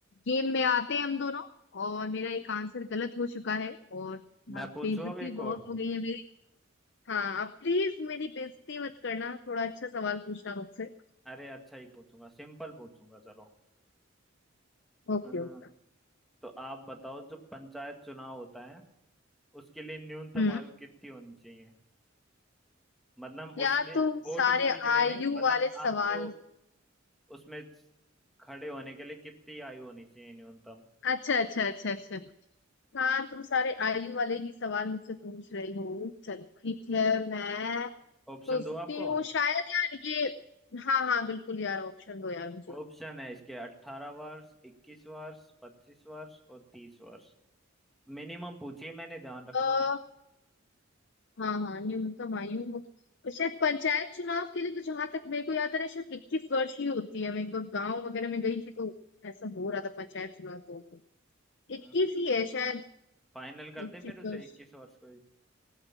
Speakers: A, on the left (about 60°); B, in the centre.
A: गेम में आते हैं हम दोनों और मेरा एक आंसर गलत हो चुका है और
B: मैं
A: अब
B: पूछूं
A: बेइज्जती
B: अब एक
A: बहुत
B: और
A: हो गई है मेरी हाँ प्लीज मेरी बेइज्जती मत करना थोड़ा अच्छा सवाल पूछना मुझसे
B: अरे अच्छा ही पूछूंगा सिंपल पूछूंगा चलो
A: Okay
B: अम,
A: okay
B: तो आप बताओ जो पंचायत चुनाव होता है उसके लिए न्यूनतम
A: हम्म
B: आयु कितनी होनी चाहिए मतलब उसमें
A: यार तुम
B: वोट
A: सारे
B: देने के लिए
A: आयु
B: नहीं मतलब
A: वाले सवाल
B: आपको उसमें खड़े होने के लिए कितनी आयु होनी चाहिए न्यूनतम
A: अच्छा अच्छा अच्छा अच्छा हाँ तुम सारे आयु वाले ही सवाल मुझसे पूछ रही हो चलो ठीक है मैं
B: ऑप्शन
A: सोचती
B: दो आपको
A: हूँ शायद यार ये हाँ हाँ बिल्कुल यार ऑप्शन दो यार मुझे
B: ऑप्शन है इसके अट्ठारह वर्ष इक्कीस वर्ष पच्चीस वर्ष और तीस वर्ष मिनिमम पूछिए मैंने ध्यान रखना
A: आ, हाँ हाँ न्यूनतम आयु हो तो शायद पंचायत चुनाव के लिए तो जहां तक मेरे को याद आ रहा है शायद इक्कीस वर्ष ही होती है मैं एक बार गाँव वगैरह में गई थी तो ऐसा हो रहा था पंचायत चुनाव तो
B: हम्म
A: इक्कीस ही है शायद
B: फाइनल कर
A: इक्कीस
B: दे फिर उसे
A: वर्ष
B: इक्कीस वर्ष को ही।